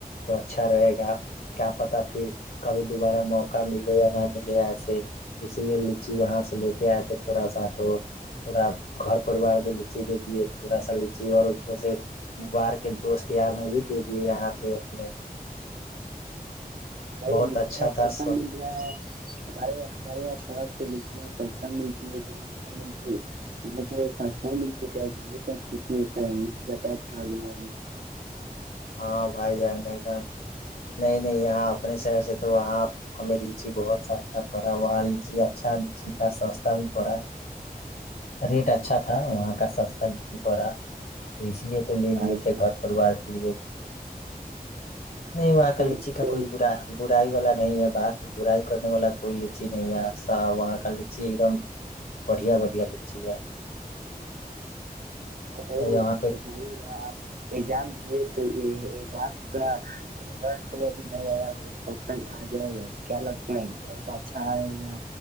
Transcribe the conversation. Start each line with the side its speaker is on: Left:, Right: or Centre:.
Left: تو اچھا رہے گا کیا پتا پھر کبھی دوبارہ موقع ملے یا نہ ملے ایسے اسی لیے لچی وہاں سے لیتے آئے تھے تھوڑا سا تو تھوڑا گھر پریوار بھی لچی دے دیے تھوڑا سا لچی اور اس میں سے باہار کے دوست یار میں بھی دے دیے یہاں پہ اپنے
Right: تو
Left: بہت
Right: لچی
Left: اچھا
Right: کاا
Left: تھا
Right: سسہ
Left: سب۔
Right: مل رہا ہے ہمارے ہمارے یہاں شہر سےچی سستہ ملتی با ملتی ہے س تو سستہ ملتی کیا ہے گاڑ کا کھیتی ہوتا ہے ان سے جات اور جگہے
Left: ہاں بھائی جان ایک دم نہیں نہیں یہاں آپ اپنے شہر سے تو وہاں ہمیں لیچی بہت سستا پڑا وہاں لیچی اچھا لیچی تھا سستا بھی پڑا ریٹ اچھا تھا وہاں کا سستا لیچی پڑا تو اس لیے تو لے لیے
Right: بس
Left: تھے
Right: تو
Left: گھر پرریوار کے لیے بھی نہیں وہاں کا ل لیچی
Right: اس
Left: کا
Right: کو
Left: کوئی برا برائی والا <unintelligible> نہیں ہے بات برائی کرنے والا کوئی اچی نہیں ہےا وہاں کا لچی ایک دم بڑھیا بڑھیا لچی ہے
Right: تو
Left: یہاں پہ
Right: بتائیے ہوا آپ ایگزام دیے تھے ایزام کا رزلٹ ابھی نہیں آیا ہوگا کب تک آ جائے گا کیا لگتا ہے رزلٹ اچھا آئے گا